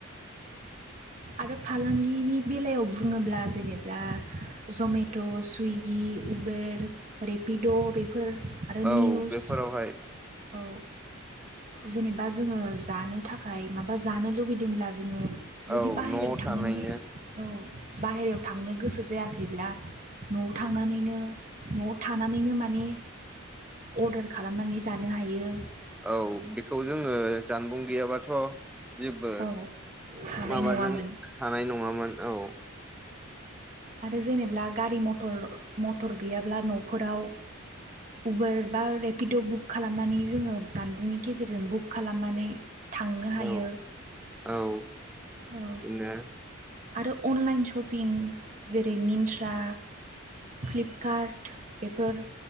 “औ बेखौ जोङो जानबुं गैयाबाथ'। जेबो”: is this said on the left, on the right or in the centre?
Centre